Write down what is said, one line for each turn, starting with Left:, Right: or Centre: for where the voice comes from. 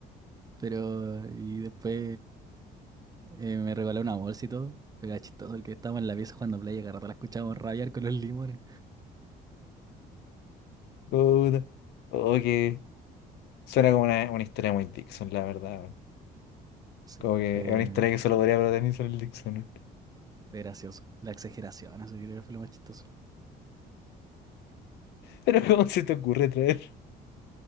Right: Pero... Y después eh, me regaló una bolsa y todo. Pero era chistoso el que estábamos en la pieza jugando play y a cada rato la escuchábamos rabiar con los limones.
Left: Puta. Oh, qué... Suena como una, una historia muy Dixon, la verdad,
Right: Sí,
Left: Como que
Right: fue,
Left: es una historia que solo podría hablar Nelson el Dixon. ¿no?
Right: fue gracioso. La exageración, así creo que fue lo más chistoso.
Left: Pero ¿cómo se te ocurre traer?